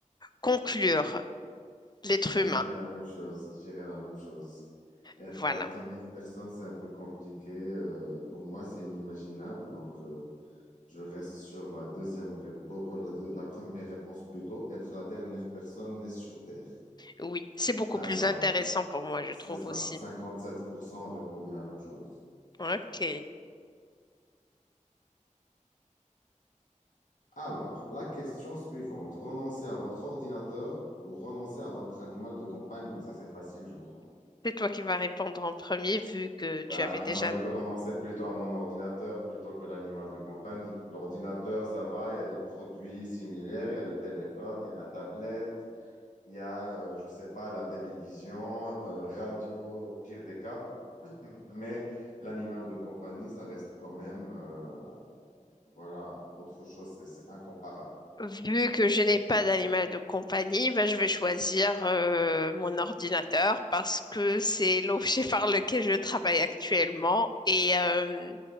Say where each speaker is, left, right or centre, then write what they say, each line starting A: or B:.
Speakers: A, on the left (about 30°); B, on the left (about 70°).
A: conclure l'être
B: Moi,
A: humain.
B: je dirais la même chose. Je dirais la même chose. Être
A: Voilà.
B: la première personne, c'est un peu compliqué. euh, pour moi, c'est inimaginable. Donc, euh, je reste sur la deuxième réponse, pour la, deux- la première réponse plutôt, être la dernière personne née sur Terre.
A: Oui, c'est beaucoup
B: Alors,
A: plus intéressant pour moi, je
B: c'est
A: trouve
B: ça.
A: aussi.
B: cinquante-sept pour cent ont répondu la même chose.
A: Ok.
B: Alors, la question suivante. Renoncer à votre ordinateur ou renoncer à votre animal de compagnie? Ça, c'est facile, je crois.
A: C'est toi qui vas répondre en premier, vu que
B: Bah,
A: tu avais déjà...
B: moi, je peux renoncer plutôt à mon ordinateur plutôt que l'animal de compagnie. L'ordinateur, ça va, il y a des produits similaires, il y a le téléphone, il y a la tablette, il y a, euh, je sais pas, la télévision, euh, radio, au pire des cas. Mais l'animal de compagnie, ça reste quand même, euh, voilà, autre chose, c'est c'est incomparable.
A: Vu que je n'ai pas d'animal de compagnie, ben, je vais choisir euh, mon ordinateur parce que c'est l'objet <laughs> par lequel je travaille actuellement et euh,